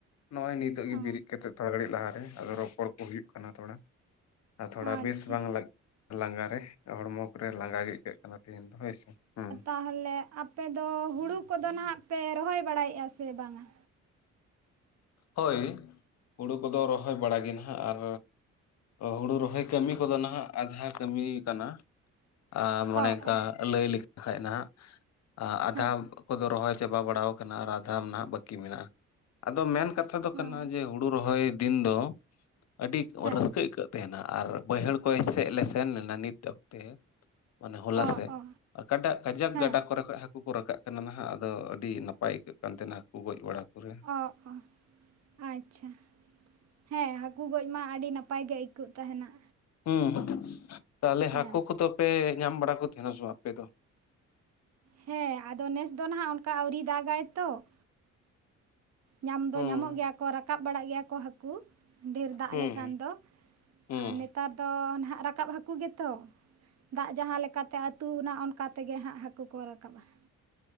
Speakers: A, on the left; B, on the right.
A: ᱱᱚᱜ ᱚᱭ ᱱᱤᱛᱚᱜ ᱜᱮ
B: ᱚ,
A: ᱵᱤᱨᱤᱫ ᱠᱟᱛᱮᱜ ᱛᱷᱚᱲᱟ ᱜᱷᱟᱹᱲᱤᱡ ᱞᱟᱦᱟᱨᱮ ᱟᱫᱚ ᱨᱚᱯᱚᱲ ᱠᱚ ᱦᱩᱭᱩᱜ ᱠᱟᱱᱟ ᱛᱷᱚᱲᱟ ᱾ ᱟᱨ ᱛᱷᱚᱲᱟ
B: ᱟᱪᱪᱷᱟ
A: ᱵᱮᱥ ᱵᱟᱝ ᱞᱟ-ᱞᱟᱸᱜᱟ ᱨᱮ ᱦᱚᱲᱢᱚ ᱠᱚᱨᱮ ᱞᱟᱸᱜᱟ ᱜᱮ ᱴᱷᱤᱠᱟᱹᱜ ᱠᱟᱱᱟ ᱛᱮᱦᱤᱧ ᱫᱚ ᱦᱳᱭᱥᱮ, ᱦᱮᱸ ᱾
B: ᱛᱟᱦᱞᱮ ᱟᱯᱮᱫᱚ ᱦᱩᱲᱩ ᱠᱚᱫᱚ ᱱᱟᱦᱟᱜ ᱯᱮ ᱨᱚᱦᱚᱭ ᱵᱟᱲᱟᱭᱮᱜᱼᱟ ᱥᱮ ᱵᱟᱝᱟ?
A: ᱦᱳᱭ, ᱦᱳᱲᱳ ᱠᱚᱫᱚ ᱨᱚᱦᱚᱭ ᱵᱟᱲᱟᱜᱮ ᱱᱟᱦᱟᱜ ᱟᱨ ᱦᱳᱲᱳ ᱨᱚᱦᱚᱭ ᱠᱟᱹᱢᱤ ᱠᱚᱫᱚ ᱱᱟᱦᱟᱜ ᱟᱫᱷᱟ ᱠᱟᱹᱢᱤ ᱠᱟᱱᱟ ᱟᱨ ᱢᱚᱱᱮᱠᱟᱨ
B: ᱚ ᱚ
A: ᱞᱟᱹᱭ ᱞᱮᱠ-ᱠᱷᱟᱡ ᱱᱟᱦᱟᱜ ᱟᱫᱷᱟᱣ
B: ᱦᱮᱸ
A: ᱠᱚᱫᱚ ᱨᱚᱦᱚᱭ ᱪᱟᱵᱟ ᱵᱟᱲᱟ ᱠᱟᱱᱟ ᱟᱨ ᱟᱫᱷᱟᱢ ᱱᱟᱦᱟᱜ ᱵᱟᱹᱠᱤ ᱢᱮᱱᱟᱜᱼᱟ, ᱾ ᱟᱫᱚ ᱢᱮᱱ ᱠᱟᱛᱷᱟ ᱫᱚ
B: ᱦᱩᱸ
A: ᱠᱟᱱᱟ ᱡᱮ ᱦᱳᱲᱳ ᱨᱚᱦᱚᱭ ᱫᱤᱱ ᱫᱚ ᱟᱹᱰᱤ
B: ᱦᱮᱸ
A: ᱨᱟᱹᱥᱠᱟᱹ ᱟᱹᱭᱠᱟᱹᱜ ᱾ ᱛᱮᱦᱮᱱᱟ ᱟᱨ ᱵᱟᱹᱭᱦᱟᱹᱲ ᱠᱚ ᱥᱮᱫ ᱞᱮ ᱥᱮᱱ ᱞᱮᱱᱟ ᱱᱤᱛ ᱚᱠᱛᱮ ᱾ ᱢᱟᱱᱮ ᱦᱚᱞᱟ
B: ᱚ
A: ᱥᱮᱫ,
B: ᱚ
A: ᱟᱠᱟᱴᱟᱜ ᱠᱟᱡᱟᱠ
B: ᱦᱮᱸ
A: ᱜᱟᱰᱟ ᱠᱚᱨᱮ ᱠᱷᱚᱱ ᱦᱟᱠ, ᱦᱟᱹᱠᱩ ᱠᱚ ᱨᱟᱠᱟᱵ ᱠᱟᱱᱟ ᱱᱟᱦᱟᱜ ᱟᱫᱚ ᱟᱹᱰᱤ ᱱᱟᱯᱟᱭ ᱟᱹᱭᱠᱟᱹᱜ ᱠᱟᱱ ᱛᱟᱦᱮᱱᱟ ᱦᱟᱹᱠᱩ ᱜᱚᱡ ᱵᱟᱲᱟ ᱠᱚᱨᱮ ᱾
B: ᱚᱜ-ᱚ, ᱟᱪ-ᱪᱷᱟ ᱾ ᱦᱮᱸ, ᱦᱟᱠᱩ ᱜᱚᱡ ᱢᱟ ᱟᱹᱰᱤ ᱱᱟᱯᱟᱭ ᱜᱮ ᱟᱹᱭᱠᱟᱹᱜ ᱛᱟᱦᱮᱱᱟ ᱾
A: ᱦᱩᱸ, ᱛᱟᱦᱚᱞᱮ
B: ᱦᱮᱸ
A: ᱦᱟᱠᱳ ᱠᱚᱫᱚ ᱯᱮ ᱧᱟᱢ ᱵᱟᱲᱟ ᱠᱚ ᱛᱟᱦᱮᱱᱟ ᱥᱮ ᱵᱟᱝ ᱟᱯᱮ ᱫᱚ?
B: ᱦᱮᱸ, ᱟᱫᱚ ᱱᱮᱥ ᱫᱚ ᱱᱟᱦᱟᱜ ᱚᱱᱠᱟ ᱟ ᱹᱣᱨᱤ ᱫᱟᱜ ᱟᱭᱛᱚ ᱾ ᱧᱟᱢ ᱫᱚ
A: ᱦᱩᱸ
B: ᱧᱟᱢᱚᱜ ᱜᱮᱭᱟ ᱠᱚ ᱨᱟᱠᱟᱵ ᱵᱟᱲᱟᱜ ᱜᱮᱭᱟ ᱠᱚ ᱦᱟᱠᱩ ᱾ ᱰᱷᱮᱨ ᱫᱟᱜ
A: ᱦᱩᱸ
B: ᱞᱮᱠᱷᱟᱱ ᱫᱚ
A: ᱦᱩᱸ
B: ᱟᱨ ᱱᱮᱛᱟᱨ ᱫᱚ ᱱᱟᱦᱟᱜ ᱨᱟᱠᱟᱵ ᱦᱟᱠᱩ ᱜᱮᱛᱚ ᱾ ᱫᱟᱜ ᱡᱟᱦᱟᱸ ᱞᱮᱠᱟᱛᱮ ᱟᱹᱛᱩᱱᱟ ᱚᱱᱠᱟ ᱛᱮᱜᱮ ᱦᱟᱸᱜ ᱦᱟᱠᱩ ᱠᱚ ᱨᱟᱠᱟᱵ ᱟ ᱾